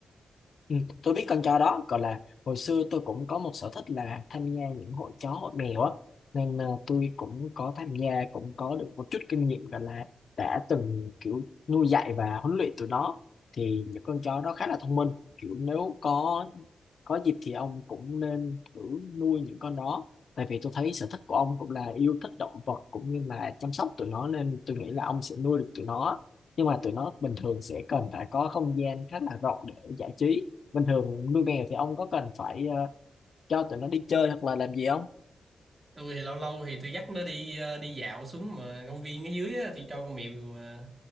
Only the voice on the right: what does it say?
tôi thì lâu lâu thì tôi dắt nó đi ờ, đi dạo xuống mà công viên ở dưới á, tôi cho con mèo ờ,